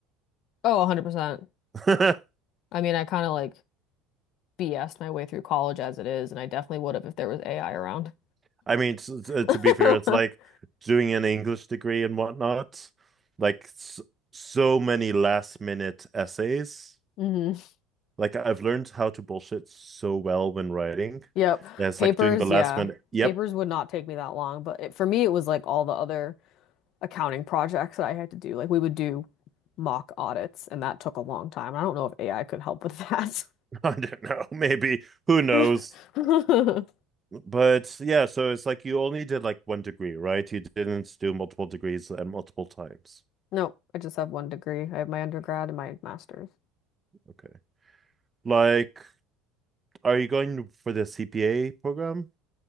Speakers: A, on the left; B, on the right.
A: oh, 100%.
B: I
A: I mean, I kind of like BS'd my way through college as it is, and I definitely would have if there was AI around.
B: <laughs> I mean, s- s- uh,
A: <laughs>
B: to be fair, it's like doing an English degree and whatnot, like s so many last minute essays.
A: hmm
B: Like I've learned how to bullshit so well when writing.
A: Yep.
B: That's
A: Papers,
B: like doing the last
A: yeah.
B: minute. Yep,
A: Papers would not take me that long, but it, for me, it was like all the other accounting projects that I had to do. Like we would do mock audits, and that took a long time. I don't know if AI could help with that.
B: <laughs> I don't know. Maybe who knows?
A: <laughs>
B: But yeah, so it's like you only did like one degree, right? You didn't do multiple degrees and multiple times.
A: Nope, I just have one degree. I have my undergrad and my master's.
B: Okay. Like, are you going for the CPA program